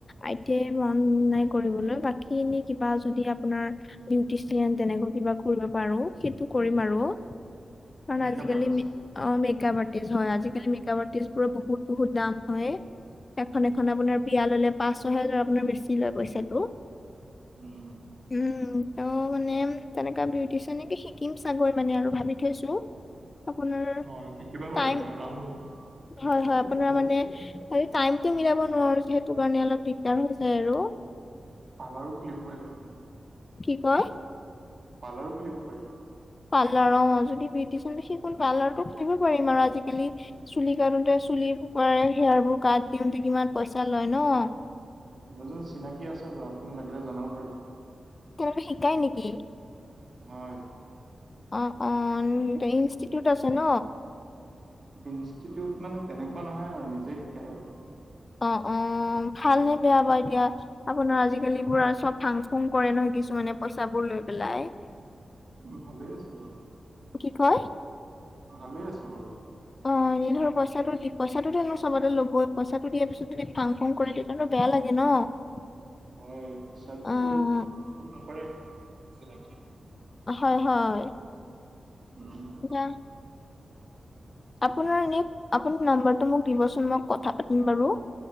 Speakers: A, on the left; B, on the right.
A: আই টি আই মন নাই কৰিবলৈ বাকী এনে কিবা যদি আপোনাৰ বিউটিচিয়ান তেনেকা কিবা কৰিব পাৰো সেইটো কৰিম আৰু। কাৰণ
B: মেকআপ
A: আজিকালি
B: আৰ্টিষ্ট নেকি?
A: অ' মেকআপ আৰ্টিষ্ট হয়। আজি কালি মেকআপ আৰ্টিষ্টবোৰৰ বহুত বহুত দাম হয়। এখন
B: উম,
A: এখন আপোনাৰ বিয়া ল'লে পাঁচ ছয় হেজাৰ আপোনাৰ বেছি লয় পইচাটো।
B: উম।
A: উম, ত' মানে ম তেনেকা বিউটিচিয়ানে শিকিম চাগৈ মানে আৰু ভাবি থৈছো। আপোনাৰ
B: অ', শিকিব পাৰে
A: টাইম
B: আপোনাৰ লাভ হ'ব।
A: হয়, হয়, আপোনাৰ মানে খালী টাইমটো মিলাব নোৱাৰো যিহেতু কাৰণে অলপ দিগদাৰ হৈ যায় আৰু।
B: পাৰ্লাৰো খুলিব পাৰিব আপুনি।
A: কি কয়?
B: পাৰ্লাৰো খুলিব পাৰিব।
A: পাৰ্লাৰ অ' যদি বিউটিচ শিকো পাৰ্লাৰটো খুলিব পাৰিম আৰু আজিকালি চুলি কাটোতে চুলিবোৰ কৰাই হেয়াৰবোৰ কাট দিওঁতে কিমান পইচা লয় ন'।
B: মোৰ যে চিনাকি আছে বাৰু আপুনি লাগিলে জনাব পাৰিব।
A: তেনেকুৱা শিকাই নেকি?
B: হয়।
A: অ', অ', ইনষ্টিটিউট আছে ন?
B: ইনষ্টিউট মানে তেনেকুৱা নহয় আৰু নিজে শিকাই আৰু।
A: অ', অ', ভালনে বেয়া বাৰু এতিয়া? আপোনাৰ আজিকালিবোৰ আৰু চব ফাং ফুং কৰে নহয় কিছুমানে পইচাবোৰ লৈ পেলাই।
B: উম, ভালেই আছে বাৰু।
A: কি কয়?
B: ভালেই আছে বাৰু।
A: অঁ! <inaudible> এনে ধৰ পইচাটো দি, পইচাটো এনেও চবতে ল'বই, পইচাটো দিয়াৰ পিছত যদি ফাং ফুং কৰে, তেতিয়াটো বেয়া লাগে ন'। <inaudible> <inaudible>
B: হয় হিচাপতো
A: অ',
B: ফাং ফুং নকৰে। চিনাকি <inaudible>
A: হয়-হয়। <inaudible>
B: উম <inaudible>
A: এ <inaudible> আপোনাৰ এনে আপুনি নাম্বাৰটো মোক দিবচোন মই কথা পাতিম বাৰু। <inaudible>